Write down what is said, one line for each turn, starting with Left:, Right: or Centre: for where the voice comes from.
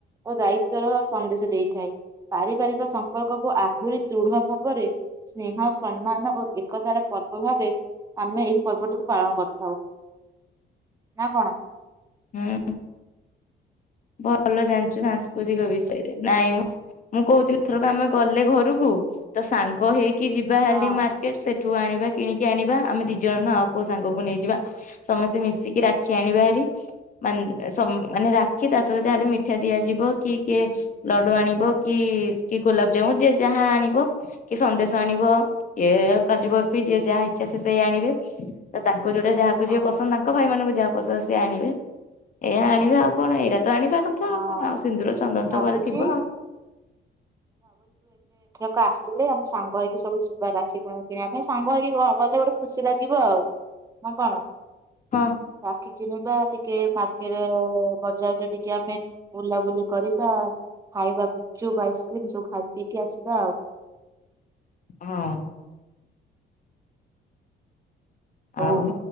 Right: ଓ ଦାୟିତ୍ଵର ସନ୍ଦେଶ ଦେଇଥାଏ ପାରିବାରିକ ସମ୍ପର୍କକୁ ଆହୁରି ଦୃଢ ଭାବରେ ସ୍ନେହ ସମ୍ମାନ ଓ ଏକତାର ପର୍ବ ଭାବେ ଆମେ ଏହି ପର୍ବଟିକୁ ପାଳନ କରିଥା ହଉ ନା କଣ?
Left: ହୁଁ ଭଲ ଜାଣିଛୁ ସାଂସ୍କୃତିକ ବିଷୟରେ। ନାଇଁ ମୁଁ କହୁଥିଲି ଏଥରକ ଆମେ ଗଲେ ଘରକୁ ତ ସାଙ୍ଗ ହେଇକି କି ଯିବା ହେଲେ
Right: ହଁ
Left: ମାର୍କେଟ ସେ ଠୁ ଆଣିବା କିଣିକି ଆଣିବା ଆମେ ଦି ଜଣୁ ଆଉ କୋଉ ସାଙ୍ଗକୁ ନେଇଯିବା। ସମସ୍ତେ ମିଶିକି ରାକ୍ଷୀ ଆଣିବା ହେରିାନେ ମାନେ କି ତା ସହିତ ଯାହାଲେ ମିଠା ଦିଆଯିବ। କି କିଏ ଲଡୁ ଆଣିବ କି କି ଗୋଲାପଜାମୁନ ଯିଏ ଯାହା ଆଣିବ କି ସନ୍ଦେଶ ଆଣିବ କିଏ କାଜୁ ବର୍ଫି ଯିଏ ଯାହା ଇଚ୍ଛା ସେ ସେଇ ଆଣିବେ। ତା ଯଉଟା ଯାହାକୁ
Right: ହଁ
Left: ଯିଏ ପସନ୍ଦ ତାଙ୍କ ଭାଇମାନଙ୍କୁ ଯହାକୁ ବସ ବସି ଆଣିବେ ଏଇ ଆଣିବେ ଆଉ ବ ଜାଣିବା କଥା
Right: ହଁ
Left: କଣ ଆଉ ସିନ୍ଦୁର ଚନ୍ଦନ
Right: ଭାବୁଛି
Left: ତ ଘରେ ଥିବ।
Right: ଲୋକ ଆସିଲେ ଆମେ ସାଙ୍ଗ ହେଇକି ସବୁ ଯିବା ରାାକ୍ଷି କିଣ କିଣିବା ପାଇଁ ସାଙ୍ଗ ହେଇକି ଗଲେ ଗୋଟେ ଖୁସି ଲାଗିବ ଆଉ ନା କଣ?
Left: ହଁ
Right: ରାକ୍ଷୀ କିଣିବା ଟିକେ ମାର୍କେଟ ବଜାରରେ ଟିକେ ଟ ଆମେ ବୁଲାବୁଲି କରିବା ଖାଇବା ଗୁପଚୁପ ଆଇସ୍କ୍ରିମ ସବୁ ଖାଇ ପିଇକି ଆସିବା ଆଉ
Left: ହଁ
Right: ହଉ
Left: ଆଉ